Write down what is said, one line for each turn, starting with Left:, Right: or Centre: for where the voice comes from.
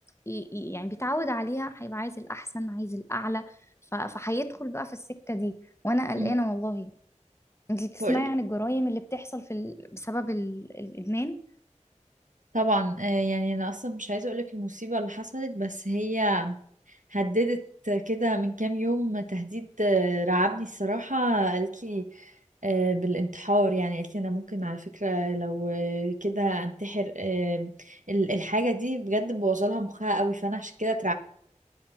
Left: ي- يعني بيتعود عليها هيبقى عايز الاحسن عايز الاعلى ف- فهيدخل بقى في السكه دي وانا قلقانه
Right: امم
Left: والله انتي بتسمعي
Right: بقولك
Left: عن الجرائم اللي بتحصل في ال... بسبب ال... الإدمان
Right: طبعا آه، يعني انا اصلا مش عايزة اقولك المصيبة اللي حصلت بس هي هددت كده من كام يوم تهديد آه، رعبني الصراحة قالت لي آه، بالانتحار يعني قالت لي انا ممكن على فكرة لو آه، كده انتحر آه، ال- الحاجة دي بجد مبوظة لها مخها قوي فانا عشان كده